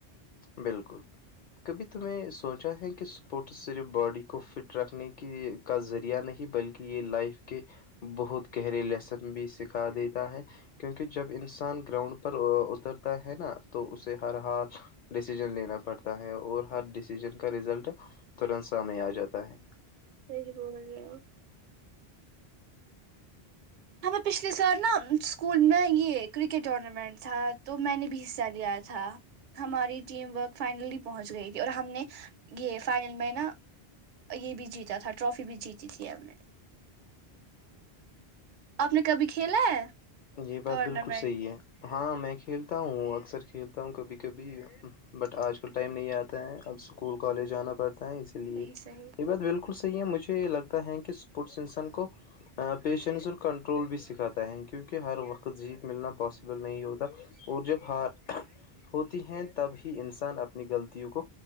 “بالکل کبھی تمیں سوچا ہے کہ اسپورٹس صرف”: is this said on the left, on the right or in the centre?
Left